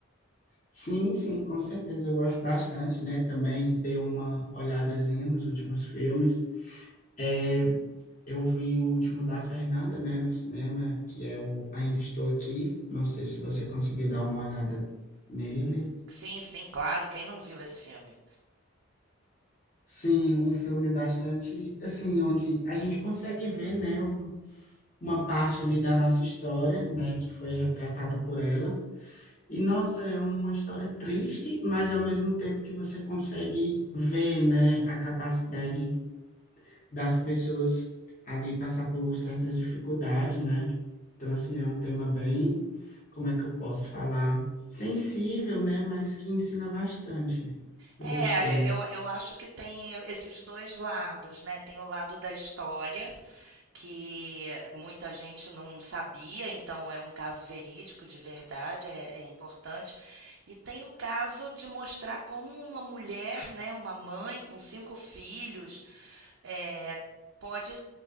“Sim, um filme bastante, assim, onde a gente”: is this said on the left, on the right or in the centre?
Left